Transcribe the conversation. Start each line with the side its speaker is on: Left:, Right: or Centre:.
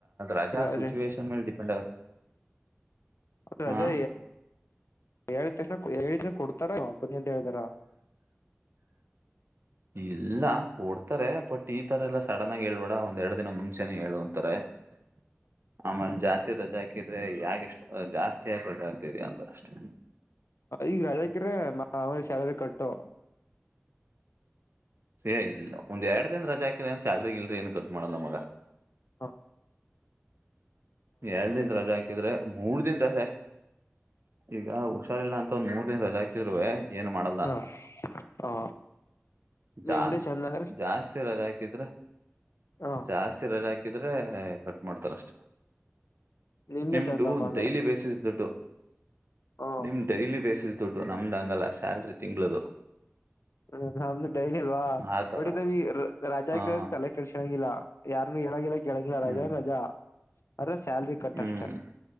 Right: ರಜಾ
Left: ಎಷ್ಟು
Right: ಆ ಸಿಚುವೇೇಶನ್ ಮೇಲೆ ಡಿಪೆಂಡ್ ಆಗುತ್ತೆ
Left: ಅದ ರಜಾ
Right: ಹಾ
Left: ಎ ತಕ್ಷಣ ಎ ಜನ ಕೊಡ್ತಾರ ಬನ್ನಿ ಅಂತ ಹೇಳ್ದಾರ
Right: ಇಲ್ಲ ಕೊಡ್ತಾರೆ ಬಟ್ ಈ ತರ ಎಲ್ಲ ಸಡನ್ ಆಗಿ ಹೇಳ್ಬೇಡ ಒಂದ್ ಎರಡ್ ದಿನ ಮುಂಚೆನೆೇ ಹೇಳ ಅಂತಾರೆ <inaudible> ಆಮೇ ಜಾಸ್ತಿ ರಜಾ ಹಾಕಿದ್ರೆ ಯಾೆಷ್ಟು ಜಾಸ್ತಿ ಆ ರಜಾ ಹಾಕ್ತರಿ ಅಂತ ಅಷ್ಟೇ
Left: ಈಗ ರಜಾಕ್ರ ಮಾಲಿ ಸಾಲರಿ ಕಟ್ಟು
Right: ಸಏ ಇಲ್ಲ ಒಂದ್ ಎರಡು ದಿನ ರಜಾ ಹಾಕಿರ ಏನ್ ಸ್ಯಾಲ್ರಿ ಇಲ್ರರಿ ಏನ್ ಕಟ್ ಮಾಡಲ್ಲ ಮಗ
Left: ಹಾ
Right: ಎರ ದಿನ ರಜಾ ಹಾಕಿದ್ರೆ ಮೂರ್ ದನ್ ರಜಾ ಈಗ ಹುಷಾರಿಲ್ಲ ಅಂತ ಒಂದ್ ಮೂರ್ ದಿನ ರಜಾ ಹಾಕಿದ್ೂೆ ಏನು ಮಾಡಲ್ಲ
Left: ಹಾ ಹಾ
Right: ಜಾಸ್ತಿ
Left: ನಿಮ್ದೆ ಚಂದ ಅಂಗಾರ
Right: ಜಾಸ್ತಿ ರಾ ಾಕಿದ್ರೆ
Left: ಹ
Right: ಜಾಸ್ತಿ ರಜೆ ಹಾಕಿದ್ರೆ ಕಟ್ ಮಾಡ್ತಾರ ಅಷ್ಟೇ
Left: ನಿಮ್ದೆ
Right: ನಿಮ್ದು
Left: ಚಂದಪ್ಪ ಅಂಗಾರ
Right: ಡೈಲಿ ಬೇಸಿಸ್ ದುಡ್ಡು
Left: ಹ
Right: ನಿಮ ಡೈಲಿ ಬೇಸ್ ದುಡ್ಡು ನಮ್ದಂಗಲ್ಲ ಸ್ಯಾಲ್ರಿ ತಿಂಗಳದು
Left: ಹ ನಮ್ದು ಡೈಲಿ ಅಲ್ವಾ
Right: ಆತರ
Left: ಬಟ್ಟ ನ ರಾಜಾ
Right: ಹಾ
Left: ಕ ತಲೆ ಕೆಡಸಣಂಗಿಲ್ಲ ಯಾರನು ಎಳಗಿಲ್ಲ ಕೆಳಗಿಲ್ಲ
Right: ಹ್ಮ್
Left: ರಾಜ ರಜಾ ಅರ ಸ್ಯಾಲ್ರಿ ಕಟ್
Right: ಹ್ಮ್
Left: ಅಷ್ಟೆ